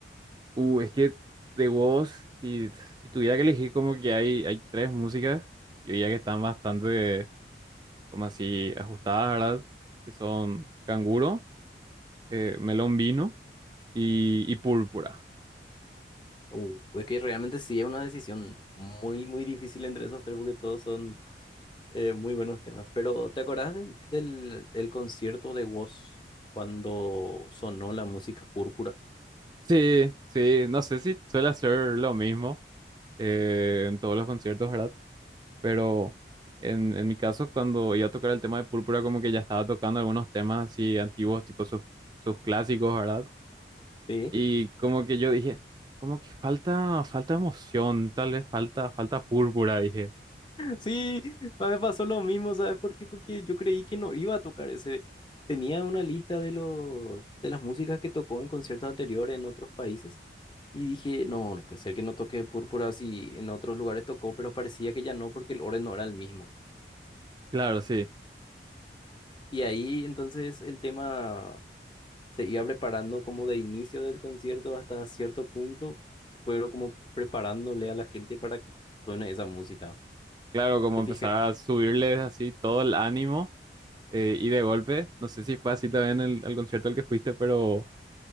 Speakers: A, on the right; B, on the left.
A: Uh, es que de vos, si, si tuviera que elegir como que hay, hay tres músicas, yo diría que están bastante como así ajustadas, ¿verdad? Que son Canguro, eh, Melón Vino y, y Púrpura.
B: Uh, es que realmente sí es una decisión muy, muy difícil entre esos tres porque todos son eh, muy buenos temas. Pero ¿te acordás de- del, del concierto de Woz cuando sonó la música púrpura?
A: Sí, sí, no sé si suele hacer lo mismo eh, en todos los conciertos, ¿verdad? pero en, en mi caso, cuando iba a tocar el tema de Púrpura, como que ya estaba tocando algunos temas así antiguos, tipo sus, sus clásicos, ¿verdad?
B: Sí.
A: Y como que yo dije, como que falta, falta emoción, tal vez falta, falta Púrpura, dije.
B: Sí, a mí me pasó lo mismo, ¿sabes por qué? Porque yo creí que no iba a tocar ese. Tenía una lista de los de las músicas que tocó en conciertos anteriores en otros países y dije, no, no puede ser que no toque Púrpura si en otros lugares tocó, pero parecía que ya no porque el orden no era el mismo.
A: Claro, sí,
B: Y ahí entonces el tema se iba preparando como de inicio del concierto hasta cierto punto, fueron como preparándole a la gente para que suene esa música.
A: claro, como
B: ¿Te
A: empezar
B: fijas?
A: a subirles así todo el ánimo eh, y de golpe, no sé si fue así también el, el concierto al que fuiste, pero...